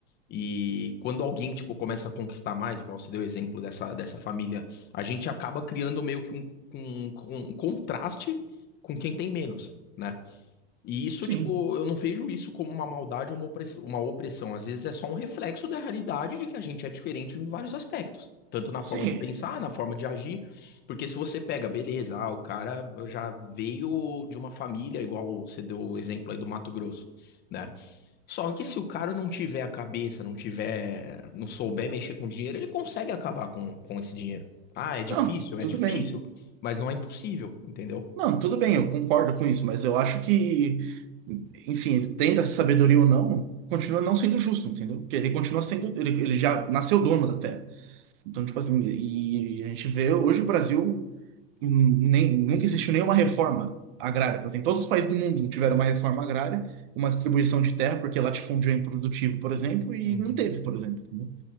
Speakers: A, on the left; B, on the right.
A: E quando alguém, tipo, começa a conquistar mais, igual você deu o exemplo dessa, dessa família, a gente acaba criando meio que um, um, um contraste com quem tem menos. né? E isso,
B: Sim,
A: tipo, eu não vejo isso como uma maldade ou uma opressão, uma opressão. Às vezes é só um reflexo da realidade de que a gente é diferente em vários aspectos. Tanto na
B: sim.
A: forma de pensar, na forma de agir. Porque se você pega, beleza, ah, o cara já veio de uma família, igual você deu o exemplo aí do Mato Grosso, né? Só que se o cara não tiver a cabeça, não tiver, não souber mexer com dinheiro, ele consegue acabar com, com esse dinheiro. Ah, é difícil?
B: Não,
A: É
B: tudo
A: difícil,
B: bem.
A: mas não é impossível, entendeu?
B: Não, tudo bem, eu concordo com isso, mas eu acho que, enfim, ele tendo essa sabedoria ou não, continua não sendo justo, entendeu? Porque ele continua sendo, ele, ele já nasceu dono da terra. Então, tipo assim, e a gente vê hoje o Brasil nem, nunca existiu nenhuma reforma agrária. Tipo Assim, todos os países do mundo tiveram uma reforma agrária, uma distribuição de terra, porque latifúndio é improdutivo, por exemplo, e
A: Uhum.
B: não teve, por exemplo. entendeu?